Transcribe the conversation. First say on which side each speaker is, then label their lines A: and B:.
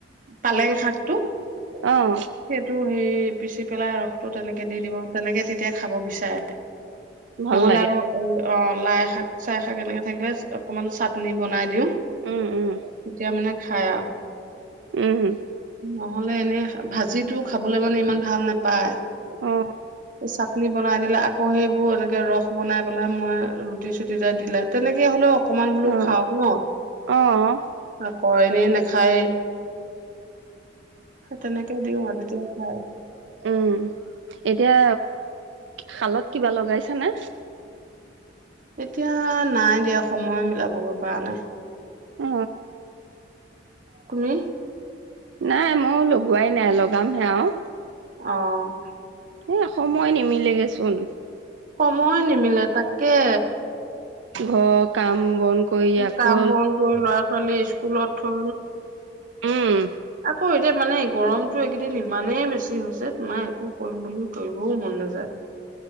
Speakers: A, on the right; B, on the right.
A: পালেং শাকটো।
B: আহ।
A: সেইটো সেই পিচি পেলাই ৰসতটো তেনেকে দি দিব তেনেকে তেতিয়া খাব বিচাৰে
B: ভাল
A: নহ'লে
B: লাগে
A: আকৌ এই অ' লাই শাক চাইাক কেনেকে থাকিলে অকমান চাটনি বনাই দিওঁ,
B: উম উম
A: তেতিয়া মানে খাই আৰু
B: উম
A: নহলে এনে ভাজিটো খাবলৈ মানে ইমান ভাল নাপায়
B: অ
A: চাটনি বনাই দিলে আকৌ সেইবোৰ এনেকে ৰস বনাই পেলাই মই ৰুটি চ দুইটা দিলা, তেনেকে হলেও অকমান বোলো
B: অ অ
A: খাওক ন?
B: অ'।
A: আ ক এনেই নাখায় তেনেকে দিওঁ আৰু তেতিয়া খাই।
B: উম এতিয়া শালত কিবা লগাইছ নে?
A: এতিয়া নাই দিয়া সময় মিলাবগৈ পৰা নাই।
B: অ
A: তুমি?
B: নাই মই লগোৱাই নাই লগাম হে আৰু।
A: অ'।
B: এ সময় নিমিলেগেচোন।
A: সময় নিমিলে তাক কে
B: ঘক কাম বন কৰি আকৌ
A: কাম বন কৰি ল'ৰা ছোৱালী স্কুলত থৈ
B: উম।
A: আ এতিয়া মানে গৰমটো এইকেইদিন ইমানেই বেছি হৈছে তোমাৰ একো কৰিম বুলি কও মন নাযায়